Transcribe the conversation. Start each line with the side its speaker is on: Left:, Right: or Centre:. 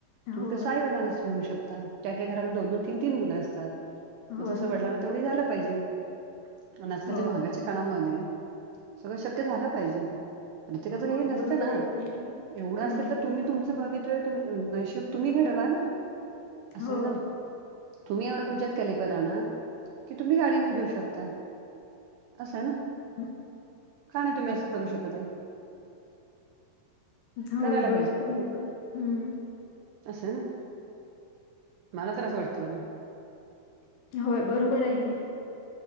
Left: होय
Right: तुम्ही कसं आईवडलांना अस म्हणू शकता. काही काही घरामध्ये दोन दोन तीन तीन मुलं असतात. मग
Left: होय
Right: तसं वडलांना
Left: होय
Right: तेवढी हे झालं पाहिजे. आणि आजकालच्या
Left: होय
Right: महागाईच्या काळामध्ये, सगळं शक्य झालं पाहिजे. प्रत्येकाचं
Left: होय
Right: हे नसतं
Left: बरोबर
Right: ना.
Left: आहे की हे पण
Right: एवढं
Left: हम्म
Right: अस तुम्ही तुमचं भवितव्य तुम्ही नशिब तुम्ही घडवा ना. असंय
Left: होय
Right: ना. तुम्ही एवढं तुमच्यात कॅलिबर आणा. कि तुम्ही गाड्यान हे घेऊ शकता. असंय ना?
Left: हं,
Right: का नाही तुम्ही असं करू शकते?
Left: हो
Right: करायला
Left: बरोबर <unintelligible> हे पण हम्म.
Right: असंय ना. मला तर असं वाटतं बघा.
Left: होय बरोबरे हे.